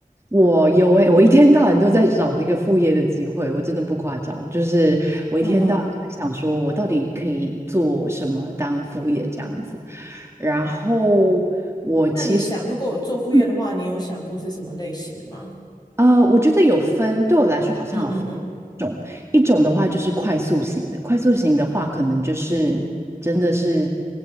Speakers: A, on the right; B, on the left.
A: 我有哎，我一天到晚都在找那个副业的机会，我真的不夸张，就是我一天到晚在想说，
B: 嗯哼，
A: 我到底可以做什么当副业这样子，然后我其实。
B: 那你想，如果我做副业的话，
A: 嗯
B: 你有想过是什么类型的吗？
A: 呃，我觉得有分，对我来说好像有分
B: 嗯嗯嗯，
A: 一种的话就是快速型的，快速型的话，可能就是真的是
B: 是